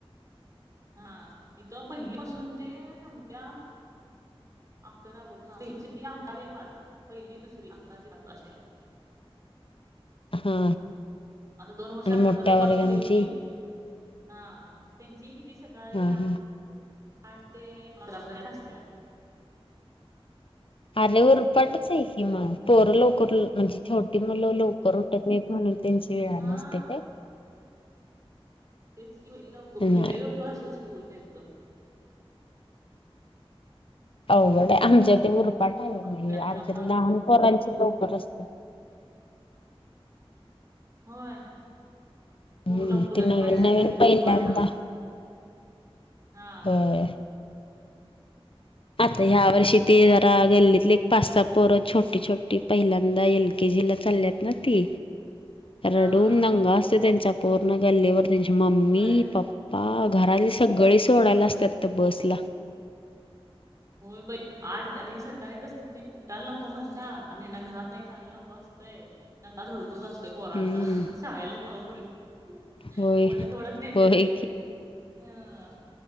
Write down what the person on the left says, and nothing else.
हा
आणि
मोठ्या
वर्गांची
हा
हा
आले उरपाटच आहे की मग पोर लवकर म्हणजे छोटी मुल लवकर उठत नाही म्हणून त्यांची वेळानी
असतीय काय?
नाही
अवघड आमच्या ते उरपाट आहे
नाहीे
आमच्यात लहान पोरांच लवकर असते
हम्म
ती
नवीन
नवीन पहिल्यांदा
होय.
आता ह्या वर्षी ते
जरा गल्लीतली एक पाचसात पोर छोटी छोटी पहिल्यांदा एल के जी ला चालल्यात ना ती
रडून
दंगा असते त्यांच्या पूर्ण गल्लीवर त्यांची मम्मी
पप्पा पा घरातले सगळे सोडायला असतात तर बसला
हम्म
होय.
होय